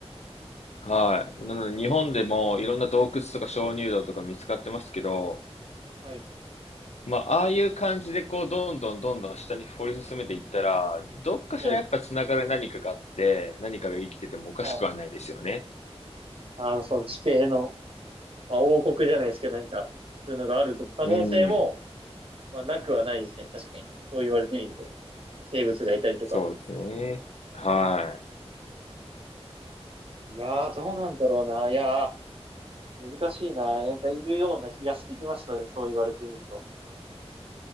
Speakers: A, on the left; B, on the right.
A: はい。なので日本でもいろんな洞窟とか鍾乳洞とか見つかってますけど、
B: はい。
A: まあ、ああいう感じでこう、どんどんどんどん下に掘り進めていったら、どっかしらやっぱつながる何かがあって、
B: はい。
A: 何かが生きててもおかしくはないですよね。
B: はい。あの、その地底の、まあ、王国じゃないですけど、なんか、そういうのがあると、可能性も、
A: うん。
B: まあ、なくはないですね。確かに。そう言われてみると。生物がいたりとか。
A: そうですね。はい。
B: いやー、どうなんだろうな。いやー、難しいな。なんかいるような気がしてきましたね。そう言われてみると。